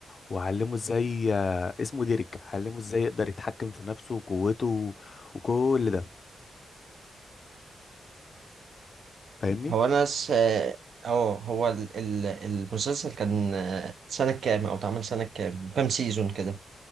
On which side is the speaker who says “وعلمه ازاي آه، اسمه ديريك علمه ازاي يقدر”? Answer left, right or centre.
Left